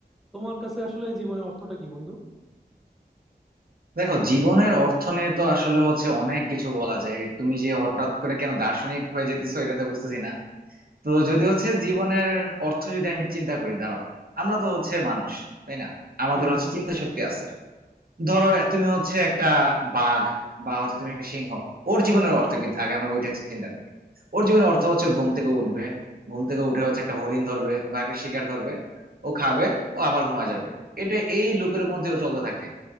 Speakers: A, in the centre; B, on the right (about 60°).
A: তোমার কাছে আসলে জীবনে অর্থটা কি বন্ধু
B: দেখো জীবনের অর্থ নিয়ে তো আসলে হচ্ছে অনেক কিছু বলা যায় তুমি যে হঠাৎ করে কেন দার্শনিক হয়ে যেতেছো এটা তো বুঝতেছি না তো যদি হচ্ছে জীবনের অর্থ যদি আমি চিন্তা করি দাঁড়াও আমরা তো হচ্ছে মানুষ তাই না আমাদের
A: হ্যাঁ
B: হচ্ছে
A: হ্যাঁ
B: চিন্তা শক্তি আছে ধরো তুমি হচ্ছে একটা বাঘ বা হচ্ছে তুমি একটা সিংহ ওর জীবনের অর্থ কি আগে আমরা ওইটা চিন্তা করি ওর জীবনের অর্থ হচ্ছে ঘুম থেকে উঠবে ঘুম থেকে উঠে হচ্ছে একটা হরিণ ধরবে বা একটা শিকার ধরবে ও খাবে ও আবার ঘুমা যাবে এটা এই লুপের মধ্যে ও চলতে থাকে